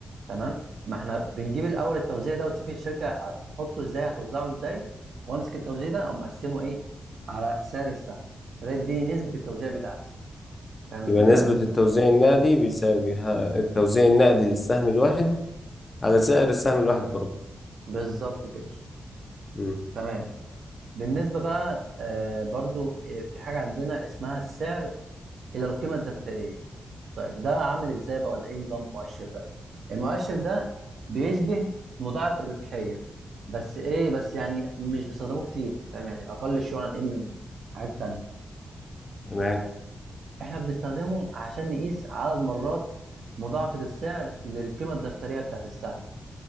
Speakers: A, on the right; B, on the left.
A: تمام ما احنا بنجيب الاول التوزيع ده وتشوفي الشركه هتحطه ازاي هتوزعه ازاي وامسك التوزيع ده او مقسمه ايه على سعر السهم فده يديني نسبه التوزيع بتاعتي فاهم الفكره
B: يبقى نسبة التوزيع النقدي بيساوي ها- التوزيع النقدي للسهم الواحد على سعر السهم الواحد برضه
A: بالظبط كده
B: مم.
A: تمام بالنسبه بقى آه برضو آه، في حاجه عندنا اسمها السعر الى القيمه الدفتريه طيب ده عامل ازاي بقى ولا ايه نظام المؤشر ده المؤشر ده بيشبه مضاعف الربحيه بس ايه بس يعني مش بيستخدموه كتير فاهم يعني اقل شيوعا ايه من الحاجات التانيه
B: تمام
A: احنا بنستخدمه عشان نقيس عدد مرات مضاعفة السعر للقيمة الدفترية بتاعت السهم